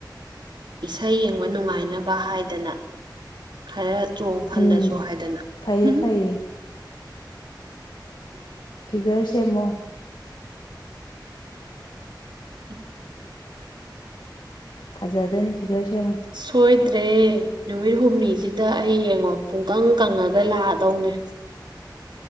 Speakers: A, on the right; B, on the left.
A: ꯏꯁꯩ ꯌꯦꯡꯕ ꯅꯨꯡꯉꯥꯏꯅꯕ ꯍꯥꯏꯗꯅ ꯈꯔ ꯆꯣꯡꯐꯜꯂꯁꯨ
B: ꯎꯝ
A: ꯍꯥꯏꯗꯅ
B: ꯐꯩꯌꯦ
A: ꯎꯝ ꯎꯝ
B: ꯐꯩꯌꯦ
A: <inaudible>
B: ꯐꯤꯒꯔ ꯁꯦꯝꯃꯣ
A: <inaudible>
B: ꯐꯖꯗꯣꯏꯅꯦ ꯐꯤꯒꯔ ꯁꯦꯝꯃꯨ
A: ꯁꯣꯏꯗ꯭ꯔꯦ ꯅꯨꯃꯤꯠ ꯍꯨꯝꯅꯤꯁꯤꯗ ꯑꯩ ꯌꯦꯡꯉꯣ ꯄꯨꯡꯀꯪ ꯀꯪꯉꯒ ꯂꯥꯛꯑꯗꯧꯅꯦ